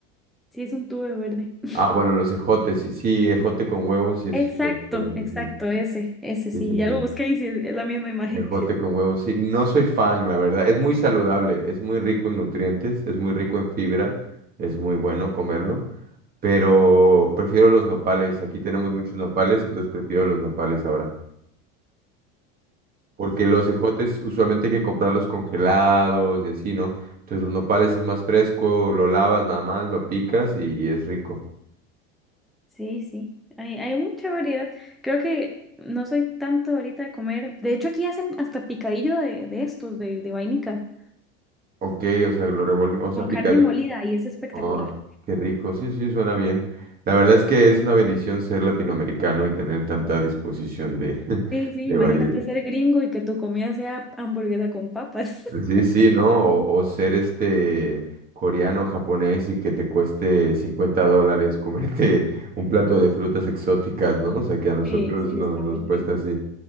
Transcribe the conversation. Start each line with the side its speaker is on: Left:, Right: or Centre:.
Centre: Sí, es un tubo verde. <laughs>
Right: Ah, bueno, los ejotes, sí, sí, ejote con huevos, sí es.
Centre: Exacto,
Right: ve, por así,
Centre: exacto,
Right: Sí,
Centre: ese, ese
Right: sí,
Centre: sí.
Right: sí.
Centre: Ya
Right: sí.
Centre: lo busqué y sí, es la misma imagen.
Right: Ejote
Centre: <laughs>
Right: con huevos, sí. No soy fan, la verdad. Es muy saludable, es muy rico en nutrientes, es muy rico en fibra, es muy bueno comerlo, pero prefiero los nopales. Aquí tenemos muchos nopales, entonces prefiero los nopales ahora. Porque los ejotes usualmente hay que comprarlos congelados y así, ¿no? Entonces los nopales es más fresco, lo lavas nada más, lo picas y, y es rico.
Centre: Sí, sí, hay, hay mucha variedad. Creo que no soy tanto ahorita de comer. De hecho, aquí hacen hasta picadillo de, de estos, de, de vainica,
Right: Ok, o sea, lo revuelves, o sea,
Centre: con carne
Right: picas
Centre: molida y es espectacular.
Right: Oh, qué rico, sí, sí, suena bien. La verdad es que es una bendición ser latinoamericano y tener tanta disposición de, <laughs>
Centre: Sí, sí,
Right: de,
Centre: imagínate
Right: vari-
Centre: ser gringo y que tu comida sea hamburguesa con papas. <laughs>
Right: Sí, sí, ¿no? O, o ser este coreano, japonés y que te cueste 50 dólares comerte <laughs> un plato de frutas exóticas, ¿no? O sea, que a nosotros
Centre: Sí, sí,
Right: no,
Centre: está
Right: nos
Centre: muy
Right: cuesta
Centre: triste.
Right: así.